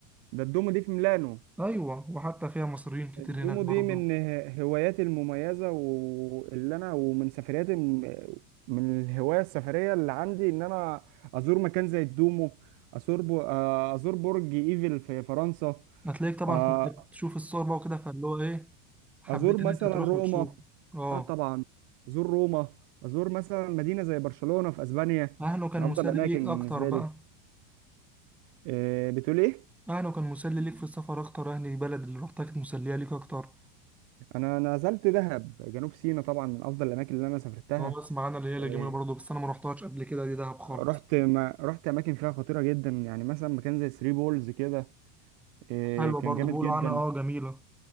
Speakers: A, on the right; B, in the centre.
A: ده الدومو دي في ميلانو
B: أيوة وحتى فيها مصريين كتير
A: الدومو
B: هناك برضه
A: دي من هواياتي المميزة واللي أنا ومن سفرياتي الم- من الهواية السفرية اللي عندي إن أنا أزور مكان زي الدومو أزور ب- آه، أزور برج إيفل في فرنسا
B: هتلاقيك طبعا
A: آه،
B: كنت بتشوف الصور بقى وكده فاللي هو إيه حبيت
A: أزور مثلا
B: إن أنت تروح
A: روما
B: وتشوف أه
A: آه طبعا أزور روما أزور مثلا مدينة زي برشلونة في أسبانيا
B: أهله كان
A: من
B: مسلي
A: أفضل الأماكن
B: ليك
A: بالنسبة
B: أكتر بقى
A: لي آه، بتقول إيه؟
B: أهله كان مسلي ليك في السفر أكتر أهل البلد اللي روحتها كانت مسلية ليك أكتر
A: أنا نزلت دهب جنوب سيناء طبعا من أفضل الأماكن اللي أنا سافرتها
B: أه أسمع أنا اللي هي الجميلة
A: آه،
B: برضه بس أنا ما روحتهاش قبل كده دي دهب خالص
A: رحت ما رحت اماكن فيها خطيره جدا يعني مثلا مكان زي ثري بولز كده إيه،
B: حلوة
A: كان
B: برضه
A: جامد
B: بيقولوا
A: جدا
B: عنها اه جميلة